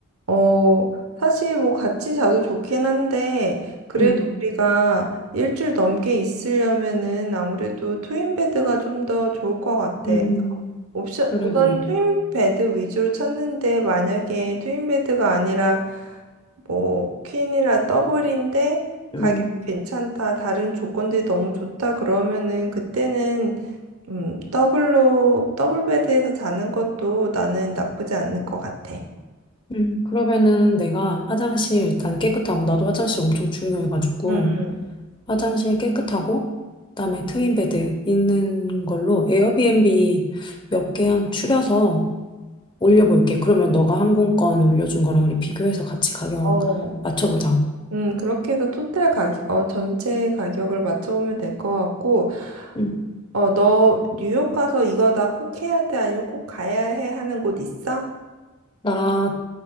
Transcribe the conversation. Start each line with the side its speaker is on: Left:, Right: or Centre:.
Right: 어, 사실 뭐 같이 자도 좋긴 한데, 그래도
Left: 음,
Right: 우리가 일주일 넘게 있으려면은 아무래도 트윈베드가 좀 더 좋을 것 같아.
Left: 음,
Right: 옵션,
Left: 그래,
Right: 우선
Left: 그래.
Right: 트윈 베드 위주로 찾는데 만약에 트윈 베드가 아니라 뭐 퀸이라 더블인데
Left: 음.
Right: 가격이 괜찮다, 다른 조건들이 너무 좋다 그러면은 그때는 음, 더블로 더블 베드에서 자는 것도 나는 나쁘지 않을 것 같아.
Left: 음, 그러면은 내가 화장실 일단 깨끗하고, 나도 화장실 엄청 중요해가지고,
Right: 음,
Left: 화장실 깨끗하고, 그다음에 트윈베드 있는 걸로 에어비앤비 몇 개 한 추려서 올려볼게. 그러면 너가 항공권 올려준 거랑 우리 비교해서 같이 가격
Right: 어,
Left: 맞춰보자.
Right: 음, 그렇게 해서 토탈 가격, 어, 전체 가격을 맞춰보면 될 것 같고,
Left: 음.
Right: 어, 너 뉴욕 가서 이거 나 꼭 해야 돼? 아니면 꼭 가야 해? 하는 곳 있어?
Left: 나,